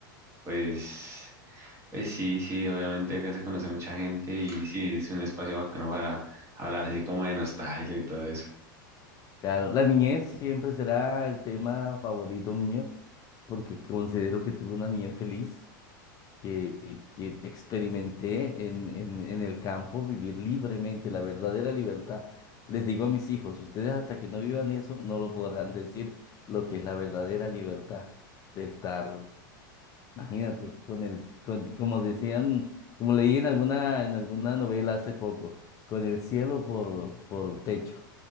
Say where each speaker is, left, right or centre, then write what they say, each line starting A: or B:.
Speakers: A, on the right; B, on the left.
A: Pues, pues sí, sí, obviamente acá se conoce mucha gente y sí, es un espacio bacano para hablar así como de nostalgia y todo eso.
B: Claro, la niñez siempre será el tema favorito mío, porque considero que tuve una niñez feliz. que, que experimenté en, en, en el campo, vivir libremente, la verdadera libertad. Les digo a mis hijos, ustedes hasta que no vivan eso, no lo podrán decir lo que es la verdadera libertad de estar, imagínate, con el, con, como decían, como leí en alguna, en alguna novela hace poco, con el cielo por, por techo